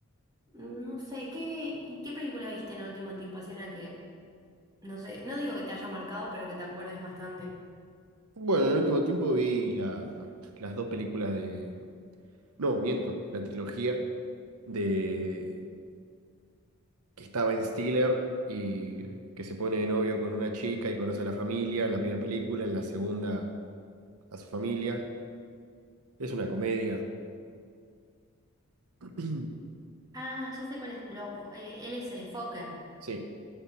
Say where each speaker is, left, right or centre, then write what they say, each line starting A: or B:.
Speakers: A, on the right; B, on the right.
A: no sé, ¿qué, qué qué película viste en el último tiempo? Así una que, no sé, no digo que te haya marcado, pero que te acuerdes bastante.
B: bueno, en el último tiempo vi la- las dos películas de... No, miento, la trilogía de que estaba en Stiller y que se pone de novio con una chica y conoce a la familia en la primera película, en la segunda a su familia. Es una comedia. <clears throat>
A: Ah, ya sé cuál es. Lo, fo- eh, él es el Fokker.
B: Sí.